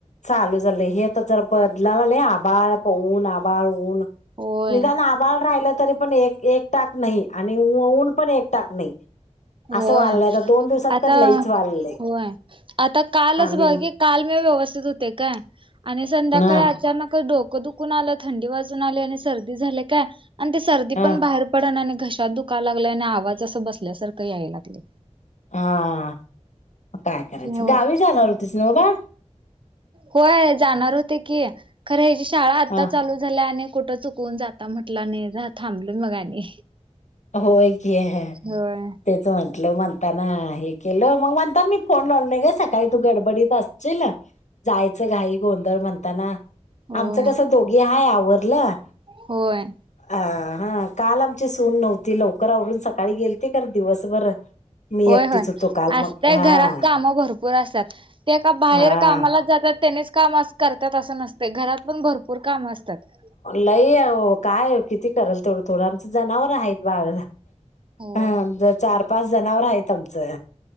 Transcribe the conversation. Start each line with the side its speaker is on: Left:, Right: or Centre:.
Left: चालू झालंय हे तर जर बदला झाले आभळ प न आभळ ऊन
Right: होय.
Left: निदान आबाळ राहिलं तरी पण एक, एक टाक नाही आणि ऊन पण एक टाक नाही
Right: होय
Left: असं वाढलंय आता दोन दिवसात
Right: आता
Left: तर लईच वाढलंय
Right: होय आता कालच
Left: आणि
Right: बघा कि काल म व्यवस्थित होते काय आणि संध्याकाळी
Left: हा
Right: अचानकच डोकं दुखून आलं थंडी वाजून आले आणि सर्दी झाले काय आणि ते सर्दी
Left: हा
Right: पण बाहेर पडन आणि घशात दुकाय लागला आणि आवाज असं बसल्यासारखं याय लागले
Left: हा काय करायचं
Right: हो
Left: गावी जाणार होतीच नव्ह बा
Right: होय जाणार होते की खरं ह्याची शाळा आता
Left: हा
Right: चालू झाल्या आणि कुठं चुक कुण जाता म्हटलं नाही थांबलय मग आणि
Left: होय की ह
Right: होय
Left: तेच म्हटलं म्हणताना हे केलं मग म्हणता मी फोन लाव नाही गे सकाळी तू गडबडीत असशील जायचं घाई गोंधळ म्हणताना
Right: होय
Left: आमचं कसं दोघी हाय आवरलं
Right: होय
Left: अ हा काल आमची सून नव्हती लवकर आवरून सकाळी गेलती खर दिवसभर मी
Right: होय,
Left: एकटीच
Right: होय
Left: होतो काल
Right: असतय
Left: मग हा
Right: घरात कामं भरपू होय असतात ते का बाहेर
Left: हा.
Right: कामाला जातात त्यानेच काम अस करतात असं नसते घरात पण भरपूर काम असतात
Left: लई आहे काय किती कराल थोडं आमचं जनावर आहेत बार
Right: होय
Left: ह चार, पाच जनावर आहेत आमचं